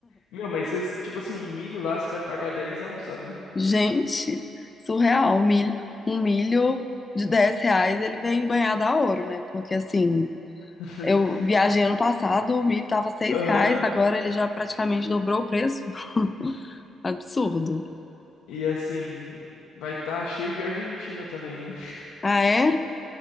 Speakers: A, on the left; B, on the left.
A: Meu, mas cês, tipo assim, um milho lá você vai pagar dez a um, sabe?
B: Gente, surreal. Um milho, um milho de 10 reais, ele vem banhado a ouro, né? Porque assim,
A: <laughs>
B: eu viajei ano passado, o milho tava seis
A: Aham.
B: reais, agora ele já praticamente dobrou o preço. <laughs> Absurdo.
A: E assim, vai estar cheio de argentino também.
B: Ah, é?